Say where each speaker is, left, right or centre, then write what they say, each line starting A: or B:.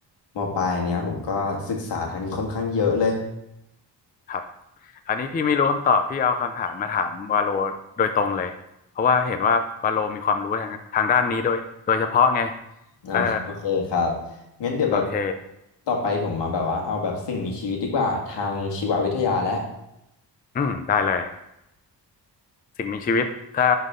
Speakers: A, on the left; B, on the left.
A: มปลายเนี้ยผมก็ศึกษาทางนี้ค่อนข้างเยอะเลย
B: ครับอันนี้พี่ไม่รู้คำตอบพี่เอาคำถามมาถามวาโลโดยตรงเลยเพราะว่าเห็นว่าวาโลมีความรู้ทางทางด้านนี้โดยโดยเฉพาะไง
A: อ่า
B: เออ
A: <laughs> โอเคครับงั้นเดี๋ยวแบบ
B: โอเค
A: ต่อไปผมมาแบบว่าเอาแบบสิ่งมีชีวิตดีกว่าทางชีววิทยาและ
B: อืมได้เลย สิ่งมีชีวิตถ้า